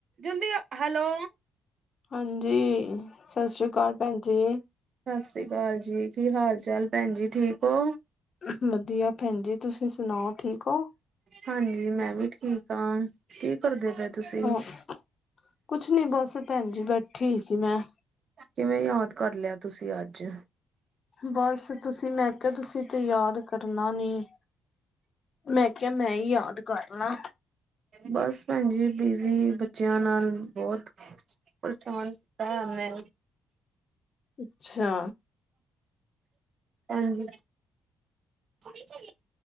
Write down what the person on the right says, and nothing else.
ਜਲਦੀ ਆ, ਹੈਲੋ
ਸਤ ਸਰੀ ਅਕਾਲ ਜੀ ਕੀ ਹਾਲ-ਚਾਲ ਭੈਣ ਜੀ, ਠੀਕ ਹੋ?
ਹਾਂਜੀ ਮੈਂ ਵੀ ਠੀਕ ਆ, ਕੀ ਕਰਦੇ ਪਏ ਤੁਸੀਂ?
ਕਿਵੇਂ ਯਾਦ ਕਰ ਲੇਆ ਤੁਸੀਂ ਅੱਜ?
ਬਸ ਭੈਣਜੀ ਬਿਜ਼ੀ ਬੱਚਿਆਂ ਨਾਲ ਬੋਤ। ਕੁਲਥ ਮੰਨੇ।
ਹਾਂਜੀ। ਅੱਛਾ